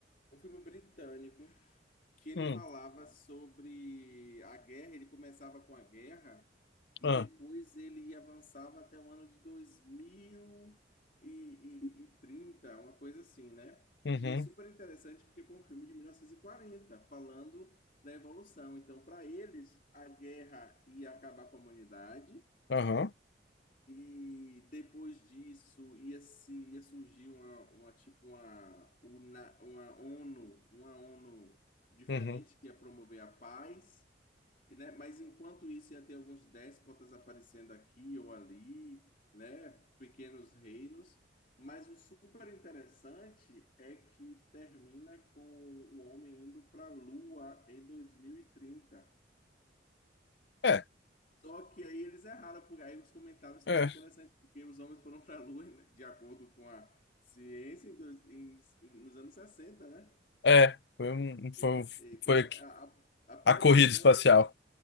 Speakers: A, on the left; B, on the left.
A: um filme britânico, que ele
B: hum,
A: falava sobre a guerra, ele começava com a guerra, E
B: ah,
A: depois ele avançava até o ano de dois mil e trinta uma coisa assim, né?
B: uhum,
A: E é super interessante porque foi um filme de 1940 falando da evolução. Então, para eles, a guerra ia acabar com a humanidade,
B: aham,
A: e depois disso ia, se, ia surgir uma, uma tipo uma, una- uma ONU, uma ONU diferente
B: uhum.
A: que ia promover a paz, e, né? Mas enquanto isso ia ter alguns déspotas aparecendo aqui ou ali, né? Pequenos reinos. Mas o super interessante é que termina com o homem indo para a Lua em 2030.
B: É,
A: Só que aí eles erraram, porque aí os comentários são
B: é,
A: lá interessantes, porque os homens foram para a Lua, né, de acordo com a ciência, em dois- em- nos anos 60, né?
B: é, foi, um- foi,
A: Ele-
B: um-
A: então,
B: foi
A: a, a- a previsão
B: a corrida espacial.